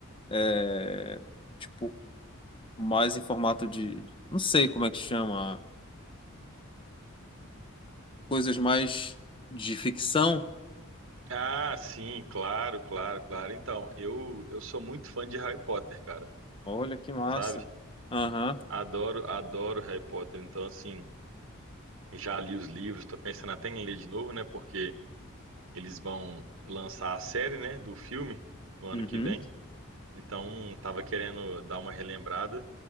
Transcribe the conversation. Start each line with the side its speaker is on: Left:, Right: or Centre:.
Left: é, tipo, mais em formato de, não sei como é que chama coisas mais de ficção.
Right: Ah, sim, claro, claro, claro. Então, eu eu sou muito fã de Harry Potter, cara,
Left: Olha que massa.
Right: sabe?
Left: Aham,
Right: Adoro, adoro Harry Potter. Então, assim, já li os livros, tô pensando até em ler de novo, né? Porque Eles vão lançar a série, né, do filme no ano
Left: uhum.
Right: que vem. Então, tava querendo dar uma relembrada,